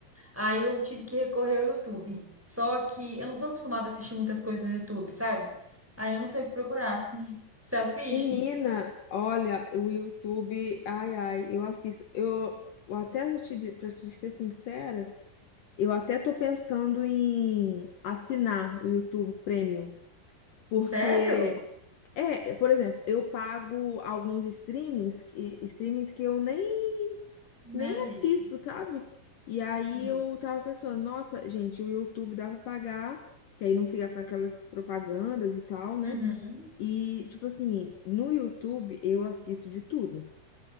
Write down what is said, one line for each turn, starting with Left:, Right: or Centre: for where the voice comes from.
Centre: Aí eu tive que recorrer ao YouTube. Só que eu não sou acostumada a assistir muitas coisas no YouTube, sabe? Aí eu não sei o que procurar. <laughs> Você assiste?
Left: Menina, olha, o YouTube, ai, ai, eu assisto. Eu, eu até vou te, di- pra te ser sincera, eu até tô pensando em assinar o YouTube Premium. Porque,
Centre: Sério?
Left: é, por exemplo, eu pago alguns streamings, que- streamings que eu nem
Centre: Né,
Left: nem
Centre: assiste.
Left: assisto, sabe? E aí
Centre: Uhum.
Left: eu tava pensando, nossa, gente, o YouTube dá pra pagar, que aí não fica com aquelas propagandas e tal, né?
Centre: Uhum.
Left: E, tipo assim, no YouTube eu assisto de tudo.